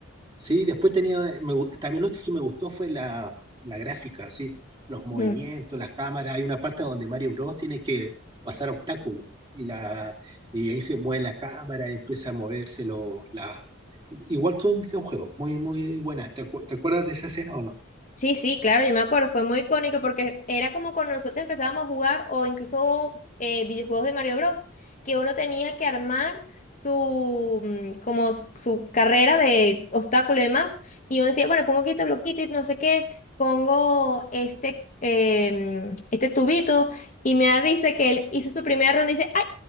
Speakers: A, on the right; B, on the left.
A: Sí, después tenía, me gu- también lo otro que me gustó fue la, la gráfica, sí, los movimientos,
B: <laughs>
A: las cámaras. Hay una parte donde Mario Bros tiene que pasar obstáculos y, la, y ahí se mueve la cámara, empieza a moverse lo- la, igual que un videojuego. Muy, muy buena. ¿Te, acu- te acuerdas de esa escena o no?
B: Sí, sí, claro, yo me acuerdo, fue muy icónico porque era como cuando nosotros empezábamos a jugar o incluso eh, videojuegos de Mario Bros, que uno tenía que armar su, mm, como s- su carrera de obstáculos y demás, y uno decía, bueno, pongo quito bloquito y no sé qué, pongo este, em, este tubito, y me da risa que él hizo su primera ronda y dice, ¡ay!